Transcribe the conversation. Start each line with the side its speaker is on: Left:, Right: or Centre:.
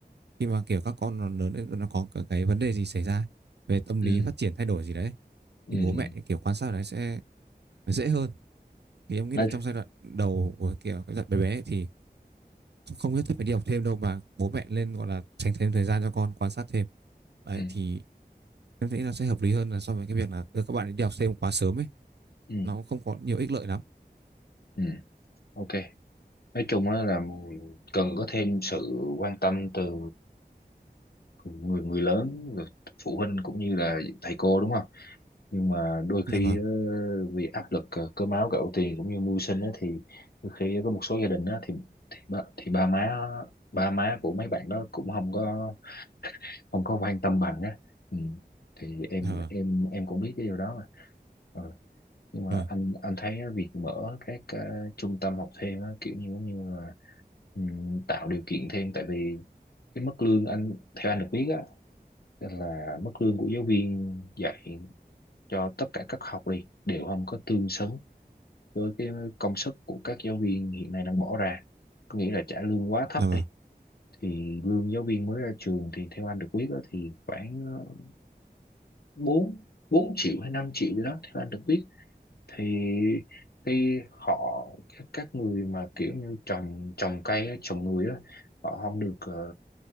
Right: khi mà kiểu các con nó lớn lên nó có cái cái vấn đề gì xảy ra về tâm
Left: Ừ.
Right: lý phát triển thay đổi gì đấy
Left: Ừ.
Right: thì bố
Left: ừ.
Right: mẹ kiểu quan sát đấy sẽ dễ hơn thì em nghĩ
Left: nói
Right: là trong giai đoạn đầu của kiểu cái giai đoạn bé bé ấy thì không, không biết phải đi học thêm đâu mà bố mẹ lên gọi là dành thêm thời gian cho con quan sát thêm đấy
Left: Ừ,
Right: thì em nghĩ là sẽ hợp lý hơn là so với cái việc là đưa các bạn ấy đi học thêm quá sớm ấy
Left: ừ,
Right: nó không có nhiều ích lợi lắm
Left: ừ, ok. Nói chung á là cần có thêm sự quan tâm từ người người lớn, người phụ huynh cũng như là thầy cô đúng không? nhưng mà đôi
Right: dạ
Left: khi
Right: vâng
Left: ờ, vì áp lực ờ, cơm áo gạo tiền cũng như mưu sinh á, thì đôi khi có một số gia đình á, thì thì ba, thì ba má ba má của mấy bạn đó cũng không có không có quan tâm bằng á ừ. thì em
Right: dạ vâng
Left: em em cũng biết cái điều đó mà Ờ, nhưng mà
Right: dạ vâng
Left: anh anh thấy á, việc mở các ờ, trung tâm học thêm á, kiểu như giống như là ừm, tạo điều kiện thêm tại vì cái mức lương anh theo anh được biết á là mức lương của giáo viên dạy cho tất cả các học đi đều không có tương xứng với cái công sức của các giáo viên hiện nay đang bỏ ra có nghĩa là trả lương quá thấp
Right: dạ vâng
Left: đi thì lương giáo viên mới ra trường thì theo anh được biết đó, thì khoảng ờ, 4 4 triệu hay 5 triệu gì đó theo anh được biết thì khi họ các, các người mà kiểu như trồng trồng cây á, trồng người á họ không được ờ,